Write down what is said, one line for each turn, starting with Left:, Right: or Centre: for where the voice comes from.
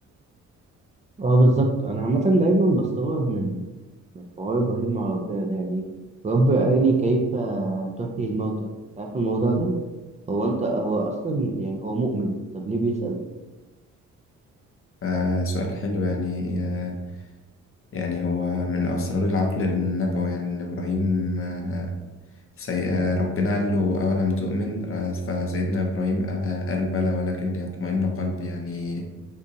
Right: اه بالظبط انا عامه دايما بستغرب من من حوار ابراهيم مع ربنا ده يعني رب اراني كيف تحيي الموتى انت عارف الموضوع ده هو انت هو اصلا يعني هو مؤمن طب ليه بيسأل
Left: آه سؤال حلو يعني آه يعني هو من أسرار العقل النبوي يعني إن إبراهيم آه سي... آه، ربنا قال له أولم تؤمن آه، فسيدنا إبراهيم آه، قال بلى ولكن ليطمئن قلبي يعني